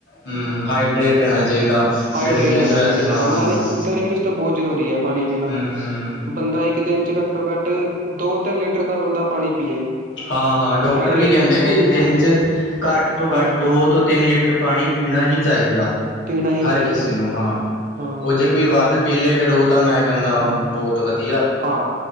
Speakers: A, on the left (about 80°); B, on the right (about 45°).
A: ਹਮ ਹਾਈਡਰੇੇਟ ਰਹਿਣਾ ਚਾਹੀਂਦਾ
B: ਹਾਈਡਰੇਟ
A: ਗਰਮੀਆਂ
B: ਰਹਿਣਾ
A: ਚ ਵੈਸੇ
B: ਚਾਹੀਦਾ
A: ਹਾਂ
B: ਨਾਲੇ
A: ਹਾਂ
B: ਗਰਮੀ ਚ ਤਾਂ ਬਹੁਤ ਜ਼ਰੂਰੀ ਹੈ ਪਾਣੀ ਪੀਣਾ
A: ਹੰ ਹੰ
B: ਬੰਦਾ ਇੱਕ ਦਿਨ ਚ ਘੱਟੋ ਘੱਟ ਦੋ ਤਿੰਨ ਲੀਟਰ ਦਾ ਬੰਦਾ ਪਾਣੀ ਪੀਏ
A: ਹਾਂ ਹਾਂ ਡਾਕਟਰ
B: ਹਾਈਡਰੇਟ
A: ਵੀ ਕਹਿੰਦੇ
B: ਰੱਖੇ
A: ਵੀ
B: ਆਪਣੇ
A: ਦਿਨ
B: ਆਪ ਨੂੰ
A: ਚ ਘੱਟ ਤੋਂ
B: ਹਾਂ
A: ਘੱਟ ਦੋ ਤੋਂ ਤਿੰਨ ਲੀਟਰ ਪਾਣੀ ਪੀਣਾ ਹੀ ਚਾਹੀਦਾ
B: ਪੀਣਾ ਹੀ
A: ਹਰ
B: ਚਾਹੀਦਾ
A: ਕਿਸੇ ਨੂੰ ਹਾਂ
B: ਹਾਂ
A: ਉਹ ਜੇ ਕੋਈ ਵੱਧ ਪੀਲੇ ਫੇਰ ਉਹ ਤਾਂ ਮੈਂ ਕਹਿੰਦਾ ਬਹੁਤ ਵਧੀਆ
B: ਹਾਂ